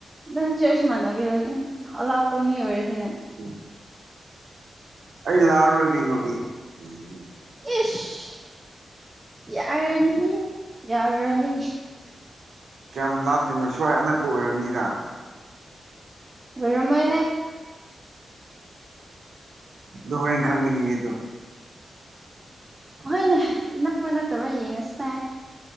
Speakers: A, on the right; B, on the right.
A: ꯅꯪ ꯆꯦꯔꯁ ꯃꯟꯅꯒꯦꯔꯣꯅꯤ ꯑꯂꯥꯛꯄ ꯃꯤ ꯑꯣꯏꯔꯗꯤꯅ‌ꯦ
B: <unintelligible> ꯑꯩ ꯂꯥꯛꯑꯔꯣꯏ ꯀꯩꯅꯣ ꯑꯦ ꯀꯒꯤꯅꯣ
A: ꯏꯁ ꯌꯥꯔꯅꯤ ꯌꯥꯎꯔꯅꯤ
B: ꯀꯌꯥꯝ ꯂꯥꯞꯇꯣꯏꯅꯣ ꯁ꯭ꯋꯥꯏ ꯑꯅꯛꯄ ꯑꯣꯏꯔꯝꯅꯤꯗ
A: ꯑꫭꯏꯔꯝꯃꯣꯏꯍꯦ
B: ꯑꯗꯨ ꯍꯣꯔꯦꯟ ꯈꯪꯒꯅꯤ ꯑꯗꯨ
A: ꯍꯣꯏꯅꯦ ꯅꯛꯄ꯭ꯔꯥ ꯅꯠꯇꯕ꯭ꯔꯥ ꯌꯦꯡꯉꯁꯦ